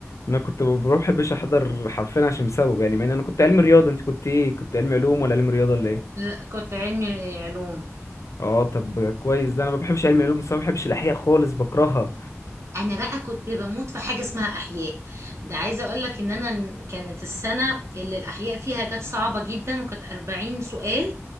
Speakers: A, on the left (about 70°); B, on the right (about 60°).
A: انا كنت ما بحبش احضر حرفيا عشان سببه يعني مع ان انا كنت علمي رياضة انت كنت ايه كنت علمي علوم ولا علمي رياضة ولا ايه
B: لا كنت علمي علوم
A: اه طب كويس ده انا ما بحبش علمي علوم بس ما بحبش الاحياء خالص بكرهها
B: انا بقى كنت بموت في حاجه اسمها احياء ده عايزه اقول لك ان انا كانت السنه اللي الاحياء فيها كانت صعبه جدا وكانت 40 سؤال